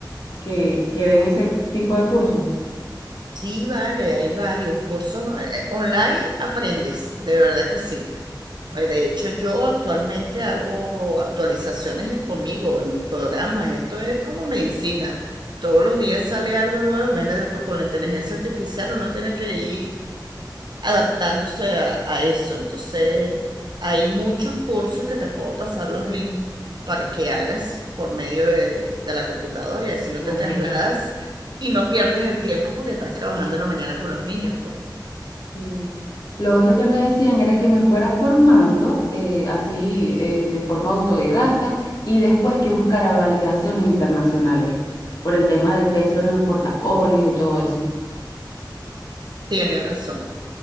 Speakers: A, on the left; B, on the right.
A: que, que den ese tipo de cursos?
B: Sí, vale, hay varios cursos eh, eh, online, aprendes, de verdad que sí. Pues, De hecho, yo actualmente hago actualizaciones en- conmigo en programas. Esto es como medicina. Todos los días sale algo nuevo. Imagínate tú, con la inteligencia artificial uno tiene que ir adaptándose a, a eso. Entonces, hay muchos cursos que te puedo pasar los links para que hagas por medio de, de la computadora y así no
A: Ok.
B: te trasladas y no pierdes el tiempo porque estás trabajando en la mañana con los niños. Pues
A: Sí. Lo otro que me decían era que me fuera formando eh, así eh, de forma autodidacta y después que buscara validaciones internacionales por el tema del peso en los portafolios y todo eso.
B: tienes razón.